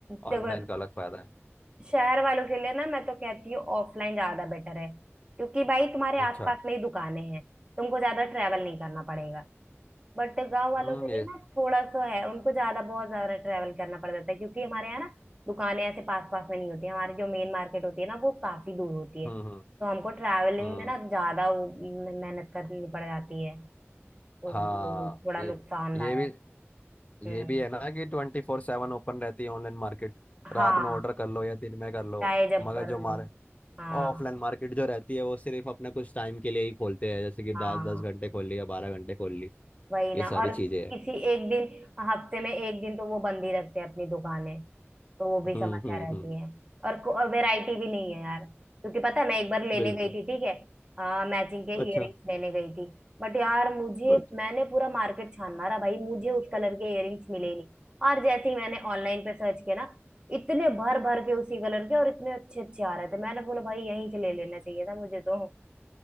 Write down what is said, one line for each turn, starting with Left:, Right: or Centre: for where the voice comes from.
Right: देखो
Left: ऑनलाइन का अलग फायदा है
Right: शहर वालों के लिए ना मैं तो कहती हूँ ऑफलाइन ज्यादा बेटर है क्योंकि भाई तुम्हारे
Left: अच्छा
Right: आसपास में ही दुकानें हैं तुमको ज्यादा ट्रैवल नहीं करना पड़ेगा बट गांव वालों
Left: हम्म
Right: के
Left: ये
Right: लिए ना थोड़ा सा है उनको ज्यादा बहुत ज्यादा ट्रैवल करना पड़ जाता है क्योंकि हमारे यहाँ ना दुकानें ऐसे पास पास में नहीं होती हैं। हमारी जो मेन मार्केट होती है ना वो काफी दूर होती है
Left: हम्म हम्म
Right: तो हमको ट्रैवलिंग
Left: हम्म
Right: में ना ज्यादा वो मे- मेहनत करनी पड़ जाती है तो
Left: हाँ
Right: वो थोड़ा
Left: ये
Right: नुकसानदायक
Left: ये भी
Right: हम्म
Left: ये भी है ना कि ट्वेंटी फोर सेवन ओपन रहती है ऑनलाइन मार्केट
Right: हाँ
Left: रात में ऑर्डर कर लो या दिन में कर लो
Right: चाहे जब
Left: मगर
Right: कर
Left: जो मार
Right: लो हाँ
Left: ऑफलाइन मार्केट जो रहती है वो सिर्फ अपने कुछ टाइम के लिए ही खोलते हैं जैसे कि दस
Right: हाँ
Left: दस घंटे खोल ली या बारह घंटे खोल ली
Right: वही ना
Left: ये सारी
Right: और
Left: चीजें हैं
Right: किसी एक दिन हफ्ते में एक दिन तो वो बंद ही रखते हैं अपनी दुकानें तो वो भी
Left: हम्म
Right: समस्या
Left: हम्म
Right: रहती
Left: हम्म
Right: है और को- और वैरायटी भी नहीं है यार क्योंकि पता है मैं एक बार लेने
Left: बिल्कुल
Right: गई थी ठीक है मैचिंग के
Left: अच्छा
Right: इयररिंग्स लेने गई थी बट यार मुझे
Left: अच्छा
Right: मैंने पूरा मार्केट छान मारा भाई मुझे उस कलर के इयररिंग्स मिले ही नहीं और जैसे ही मैंने ऑनलाइन पे सर्च किया ना इतने भर भर के उसी कलर के और इतने अच्छे अच्छे आ रहे थे मैंने बोला भाई यहीं से ले लेना चाहिए था मुझे तो